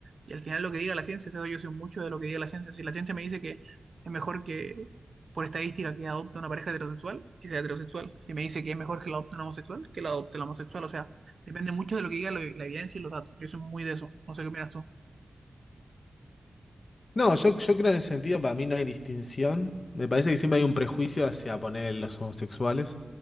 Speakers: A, on the right; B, on the left.
A: Y al final lo que diga la ciencia, eso yo soy mucho de lo que diga la ciencia. Si la ciencia me dice que es mejor que, por estadística, que adopte una pareja heterosexual, que sea heterosexual. Si me dice que es mejor que la adopte un homosexual, que la adopte el homosexual. O sea, depende mucho de lo que diga lo- la evidencia y los datos. Yo soy muy de eso. No sé qué opinas tú.
B: No, yo, yo creo en ese sentido, para mí no hay distinción. Me parece que siempre hay un prejuicio hacia poner los homosexuales